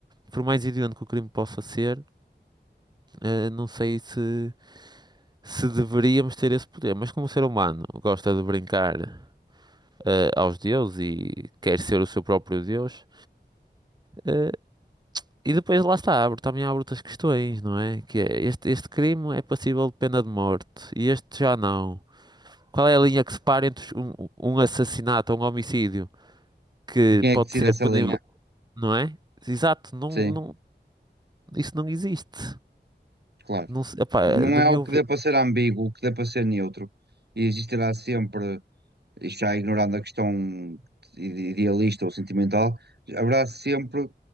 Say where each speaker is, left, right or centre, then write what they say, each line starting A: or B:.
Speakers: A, on the right; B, on the right.
A: por mais hediondo que o crime possa ser, eh, não sei se, se deveríamos ter esse poder. Mas como o ser humano gosta de brincar, eh, aos deuses e quer ser o seu próprio deus, eh, e depois lá está, abre, também abre outras questões, não é? Que é, este, este crime é passível de pena de morte e este já não. Qual é a linha que separa entre um, um assassinato ou um homicídio que
B: E quem é
A: pode
B: que decide
A: ser
B: essa
A: punível,
B: linha?
A: não é? Exato, não,
B: Sim,
A: não, isso não existe.
B: claro.
A: Não, se- epá,
B: Não
A: na
B: é algo
A: minha
B: que
A: ver,
B: dê para ser ambíguo, que dê para ser neutro. E existirá sempre. isto já ignorando a questão ide- idealista ou sentimental, haverá sempre